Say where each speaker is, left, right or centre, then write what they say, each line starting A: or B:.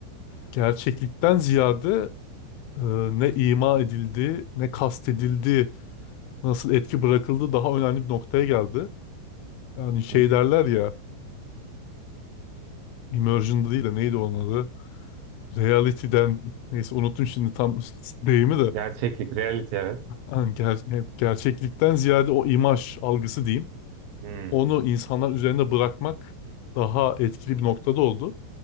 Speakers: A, on the left (about 85°); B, on the right (about 75°).
A: Gerçeklikten ziyade e, ne ima edildi, ne kastedildi, nasıl etki bırakıldı daha önemli bir noktaya geldi. Yani şey
B: Hı?
A: derler ya, e, immersion'da değil de neydi onun adı? Reality'den, neyse unuttum şimdi tam <laughs> deyimi de.
B: Gerçeklik, reality evet.
A: Yani ger- gerçeklikten ziyade o imaj algısı diyeyim.
B: Hmm.
A: Onu insanlar üzerinde bırakmak daha etkili bir noktada oldu.